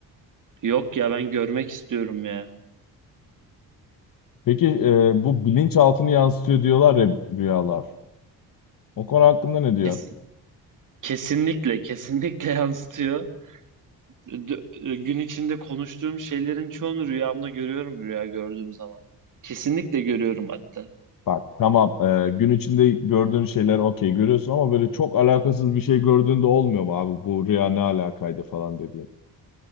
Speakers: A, on the right; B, on the left.
A: Yok ya ben görmek istiyorum ya.
B: Peki e, bu bilinçaltını yansıtıyor diyorlar ya rüyalar. O konu hakkında ne diyorsun?
A: Kesin, kesinlikle kesinlikle <laughs> yansıtıyor. d- e, gün içinde konuştuğum şeylerin çoğunu rüyamda görüyorum rüya gördüğüm zaman. Kesinlikle görüyorum hatta.
B: Bak tamam e, gün içinde gördüğün şeyler okey görüyorsun ama böyle çok alakasız bir şey gördüğünde olmuyor mu abi bu rüya ne alakaydı falan dediğin.